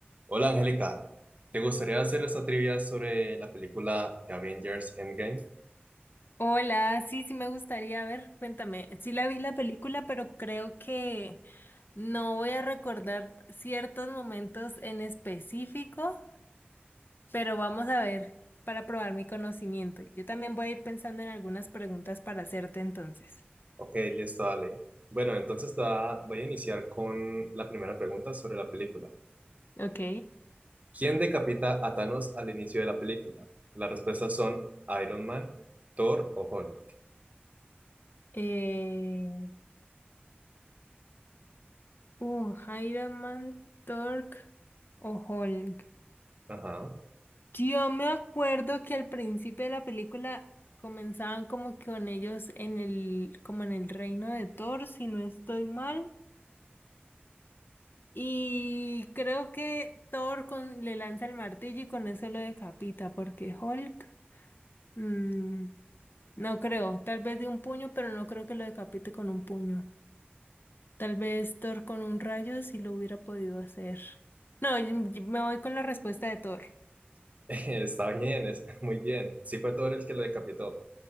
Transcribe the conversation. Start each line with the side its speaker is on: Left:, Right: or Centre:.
Right: Hola Angélica, ¿te gustaría hacer esta trivia sobre la película de Avengers Endgame?
Left: Hola, sí, sí me gustaría, a ver, cuéntame, sí la vi la película, pero creo que no voy a recordar ciertos momentos en específico, pero vamos a ver para probar mi conocimiento. Yo también voy a ir pensando en algunas preguntas para hacerte entonces.
Right: Ok, listo, dale. Bueno, entonces te va- voy a iniciar con la primera pregunta sobre la película.
Left: Ok.
Right: ¿Quién decapita a Thanos al inicio de la película? Las respuestas son Iron Man, Thor o Hulk.
Left: Eh, uh, Iron Man, Thor o Hulk.
Right: Ajá,
Left: Yo me acuerdo que al principio de la película comenzaban como que con ellos en el, como en el reino de Thor, si no estoy mal. Y creo que Thor con, le lanza el martillo y con eso lo decapita, porque Hulk, mm, no creo, tal vez de un puño, pero no creo que lo decapite con un puño. Tal vez Thor con un rayo si lo hubiera podido hacer. No, yo- yo me voy con la respuesta de Thor.
Right: <laughs> está bien, es muy bien. Sí fue Thor el que lo decapitó.